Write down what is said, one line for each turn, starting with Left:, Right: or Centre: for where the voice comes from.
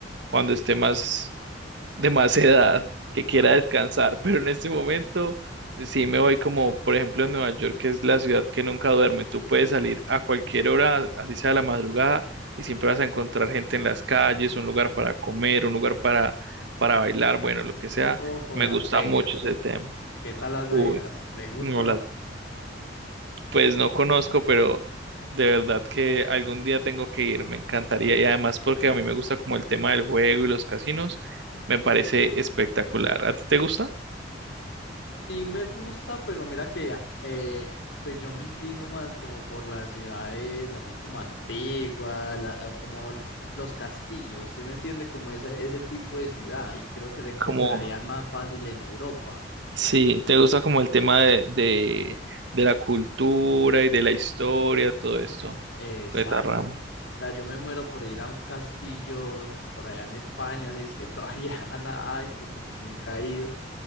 Right: cuando esté más, de más edad que quiera descansar, pero en este momento sí me voy como, por ejemplo, en Nueva York, que es la ciudad que nunca duerme. Tú puedes salir a cualquier hora, así sea la madrugada, y siempre vas a encontrar gente en las calles, un lugar para comer, un lugar para, para bailar, bueno, lo que sea.
Left: Ojo,
Right: Me
Left: Las
Right: gusta
Left: Vegas.
Right: mucho ese tema.
Left: ¿Qué tal Las
Right: Uy,
Left: Vegas? ¿Le gusta
Right: no
Left: Las
Right: las pues no conozco, pero de verdad que algún día tengo que ir, me encantaría. Y además porque a mí me gusta como el tema del juego y los casinos, me parece espectacular. ¿A ti te gusta?
Left: Sí me gusta, pero mira que ya, eh, pues yo me inclino más como por las ciudades así como antiguas, la- como l- los castillos, ¿sí me entiende? Como ese, ese tipo de ciudad y creo que se encontrarían
Right: Como,
Left: más fácil en Europa.
Right: sí, te gusta como el tema de, de, de la cultura y de la historia, todo esto,
Left: Eh, exacto.
Right: con esta rama.
Left: O sea, yo me muero por ir a un castillo por allá en España, si es que todavía <laughs> na- hay, porque pues nunca he ido,